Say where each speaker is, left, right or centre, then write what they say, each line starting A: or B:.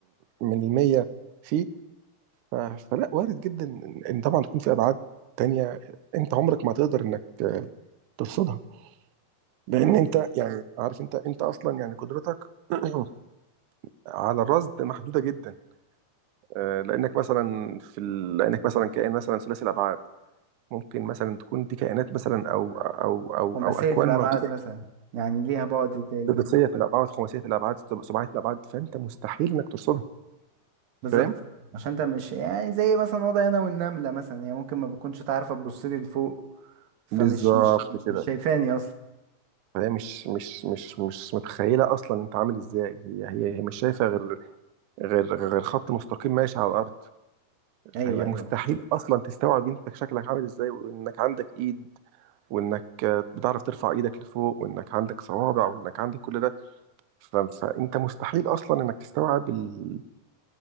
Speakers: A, on the right (about 85°); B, on the right (about 65°).
A: من المية فيه ف- فلا وارد جدا ان إن طبعا تكون في ابعاد تانية انت عمرك ما تقدر انك آه، ترصدها لان
B: امم
A: انت يعني عارف انت انت اصلا يعني قدرتك <clears throat> على الرصد محدودة جدا آه، لانك مثلا في ال... لانك مثلا كائن مثلا ثلاثي الابعاد ممكن مثلا تكون دي كائنات مثلا او او او
B: خماسية
A: او اكوان
B: الأبعاد
A: موجوده
B: مثلا يعني ليها بعد تاني
A: سداسيه في الابعاد خماسيه في الابعاد سبعيه في الابعاد فانت مستحيل انك ترصدها
B: بالظبط
A: فاهم
B: عشان انت مش يعني زي مثلا وضعي أنا والنملة مثلا هي ممكن ما بتكونش تعرف تبص لي لفوق فمش
A: بالظبط
B: مش مش
A: كده
B: مش شايفاني أصلا
A: فهي مش مش مش مش متخيله اصلا انت عامل ازاي هي هي هي مش شايفه غير غير غير خط مستقيم ماشي على الارض
B: أيوه
A: فهي
B: أيوه
A: مستحيل اصلا تستوعب انت شكلك عامل ازاي وانك عندك ايد وانك بتعرف ترفع ايدك لفوق وانك عندك صوابع وانك عندك كل ده ف- فانت مستحيل اصلا انك تستوعب ال-